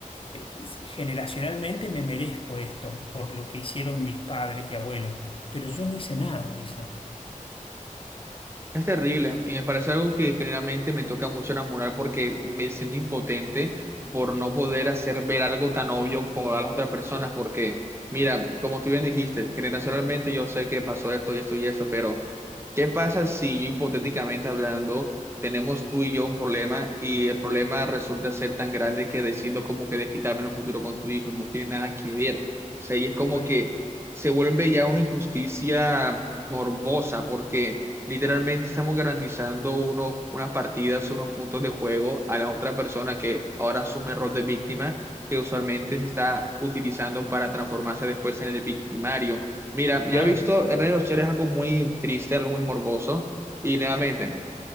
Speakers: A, on the left; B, on the right.
A: eh, generacionalmente me merezco esto por lo que hicieron mis padres y abuelos, pero yo no hice nada, dicen.
B: Es terrible y me parece algo que generalmente me toca mucho enamorar porque me siento impotente por no poder hacer ver algo tan obvio como a las otras personas porque, mira, como tú bien dijiste, generacionalmente yo sé que pasó esto y esto y esto, pero... ¿Qué pasa si yo hipotéticamente hablando tenemos tú y yo un problema y el problema resulta ser tan grande que decido como que desquitarme en un futuro con tu hijo? No tiene nada que ver. O sea, y es como
A: Bueno,
B: que se vuelve ya una injusticia morbosa porque literalmente estamos garantizando unos, unas partidas, unos puntos de juego a la otra persona que ahora asume el rol de víctima que usualmente se está utilizando para transformarse después en el victimario. Mira, yo
A: claro.
B: he visto en redes sociales algo muy triste, algo muy morboso, y nuevamente,